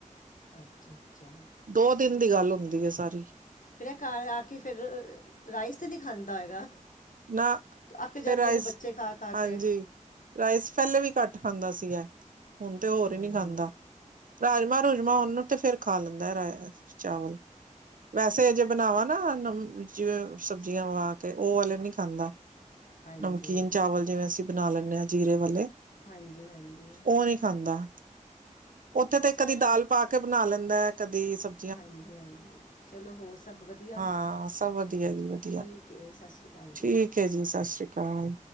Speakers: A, on the left; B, on the right.
A: ਅੱਛਾ ਅੱਛਾ
B: ਦੋ ਦਿਨ ਦੀ ਗੱਲ ਹੁੰਦੀ ਹੈ ਸਾਰੀ।
A: ਫਿਰ ਇਹ ਘਰ ਆ ਕੇ, ਫਿਰ ਰਾਈਸ ਤੇ ਨਹੀਂ ਖਾਂਦਾ ਹੋਏਗਾ।
B: ਨਾ
A: ਅੱਕ ਜਾਂਦੇ
B: ਫਿਰ ਰਾਈਸ
A: ਨੇ ਬੱਚੇ ਖਾ ਖਾ
B: ਹਾਂਜੀ
A: ਕੇ
B: ਰਾਈਸ ਪਹਿਲੇ ਵੀ ਘੱਟ ਖਾਂਦਾ ਸੀਗਾ ਏ, ਹੁਣ ਤੇ ਹੋਰ
A: ਹੂੰ
B: ਹੀ ਨਹੀ ਖਾਂਦਾ। ਰਾਜਮਾਂ ਰੂਜਮਾਂ ਉਹਨੂੰ ਤੇ ਫੇਰ ਖਾ ਲੈਂਦਾ ਹੈ ਏ ਚਾਵਲ ਵੈਸੇ ਜੇ ਬਣਾਵਾਾਂ ਨਾ ਜਿਵੇ ਸਬਜ਼ੀਆਂ ਵਵਾ ਕੇ, ਉਹ ਵਾਲੇ ਨੀ ਖਾਂਦਾ।
A: ਹਾਂਜੀ
B: ਨਮਕੀਨ ਚਾਵਲ ਜਿਵੇਂ ਅਸੀਂ ਬਣਾ ਲੈਂਦੇ ਹਾਂ ਜੀਰੇ ਵਾਲੇ
A: ਹਾਂਜੀ, ਹਾਂਜੀ।
B: ਉਹ ਨਹੀਂ ਖਾਂਦਾ, ਉੱਥੇ ਤੇ
A: ਚਲੋ
B: ਕਦੀ ਦਾਲ ਪਾ ਕੇ ਬਣਾ ਲੈਂਦਾ, ਕਦੀ ਸਬ
A: ਹਾਂਜੀ, ਹਾਂਜੀ ਚਲੋ ਹੋ ਸ ਸਭ ਵਧੀਆ,
B: ਹਾਂ ਸਭ ਵਧੀਆ ਜੀ ਵਧੀਆ
A: ਠੀਕ ਹੈ, ਸਤਿ ਸ਼੍ਰੀ ਅਕਾਲ ਜੀ।
B: ਠੀਕ ਜੀ, ਸਤਿ ਸ਼੍ਰੀ ਅਕਾਲ।